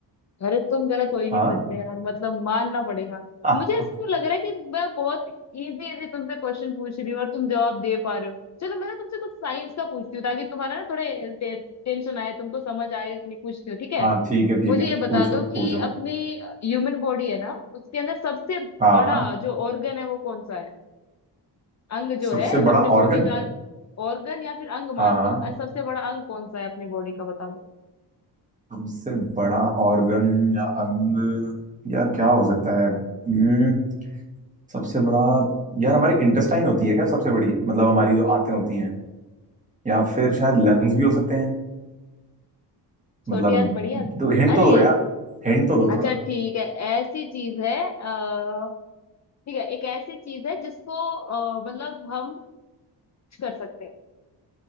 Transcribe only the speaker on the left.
अरे तुम गलत हो ही नहीं
सकते यार मतलब मानना पड़ेगा
मुझे इसको लग रहा है कि मैं बहुत इजी इजी तुमसे क्वेश्चन पूछ रही हूँ और तुम जवाब दे पा रहे हो चलो मैं ना तुमसे कुछ साइंस का पूछती हूँ ताकि तुम्हारा ना थोड़े टेंशन आए तुमको समझ आएगा कि नहीं पूछती हूँ ठीक है
मुझे
ये बता
दो कि
अपनी ह्यूमन बॉडी है ना उसके अंदर सबसे
बड़ा जो ऑर्गन है वो कौन सा है अंग जो
है अपने
बॉडी
का ऑर्गन या फिर अंग मान
लो अ, सबसे बड़ा अंग कौन सा है अपनी बॉडी का बता दो
छोटी
याद बड़ी याद
अरे
अच्छा
ठीक है ऐसी चीज है अ, ठीक है एक ऐसी चीज है जिसको अ, मतलब हम कुछ कर सकते हैं